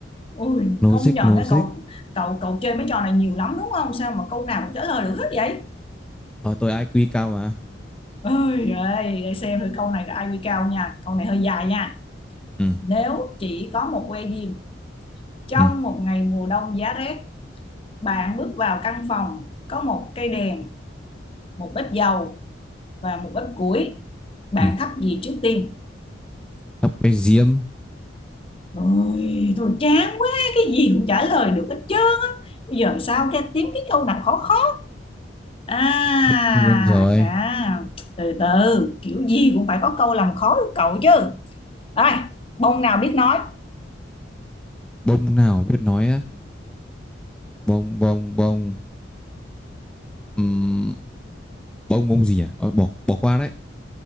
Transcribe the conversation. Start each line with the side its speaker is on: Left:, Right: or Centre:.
Left: ui
Centre: Logic
Left: công nhận
Centre: logic
Left: á cậu cậu cậu chơi mấy trò này nhiều lắm đúng không sao mà câu nào cũng trả lời được hết vậy
Centre: Ờ tôi IQ cao mà
Left: Ôi giời, để xem thử câu này có IQ cao nha. Câu này hơi dài nha.
Centre: Ừ
Left: Nếu chỉ có một que diêm trong
Centre: ừ
Left: một ngày mùa đông giá rét, bạn bước vào căn phòng có một cây đèn, một bếp dầu và một bếp củi. Bạn
Centre: ừ
Left: thắp gì trước tiên?
Centre: Tóc bé diêm
Left: Ôi, thôi chán quá, cái gì cũng trả lời được hết trơn á. Bây giờ sao cái kiếm cái câu nào khó khó? À,
Centre: Tất nhiên rồi
Left: à, từ từ, kiểu gì cũng phải có câu làm khó được cậu chứ. Ai, bông nào biết nói,
Centre: bông nào biết nói á bông bông bông Ừm, bông bông gì à Ờ, bỏ bỏ qua đấy